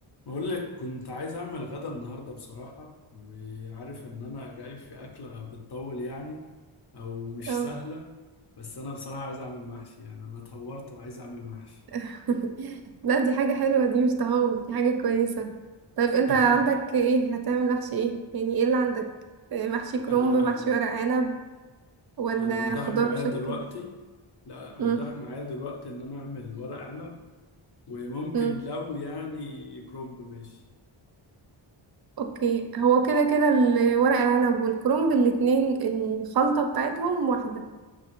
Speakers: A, on the left; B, on the right.
A: بقول لك كنت عايز اعمل غدا النهارده بصراحه وعارف ان انا جاي في اكله بتطول يعني او مش
B: اه
A: سهله بس انا بصراحه عايز اعمل محشي يعني انا اتهورت وعايز اعمل محشي
B: <laughs> لا دي حاجة حلوة دي مش تهور دي حاجة كويسة طيب انت
A: <laughs>
B: عندك ايه هتعمل محشي ايه يعني ايه اللي عندك آه، محشي كرنب
A: انا
B: محشي ورق عنب ولا
A: انا متاح
B: خضار
A: معايا
B: مشكل
A: دلوقتي لا لا متاح
B: مم.
A: معايا دلوقتي ان انا اعمل ورق عنب وممكن
B: مم.
A: لو يعني كرومب ماشي
B: اوكي هو كده كده الورق العنب والكرنب الاتنين الخلطة بتاعتهم واحدة